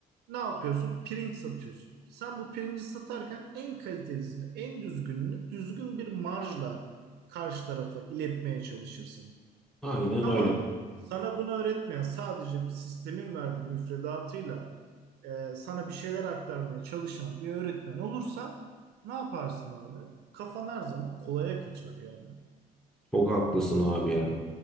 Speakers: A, on the right (about 75°); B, in the centre.
A: Ne yapıyorsun? Pirinç satıyorsun. Sen bu pirinci satarken en kalitelisini, en düzgününü düzgün bir marjla karşı tarafa iletmeye çalışırsın.
B: Aynen
A: Ama
B: öyle.
A: sana bunu öğretmeyen sadece bir sistemin verdiği müfredatıyla e, sana bir şeyler aktarmaya çalışan bir öğretmen olursa ne yaparsın abi? Kafan her zaman kolaya kaçar yani.
B: Çok haklısın abi ya.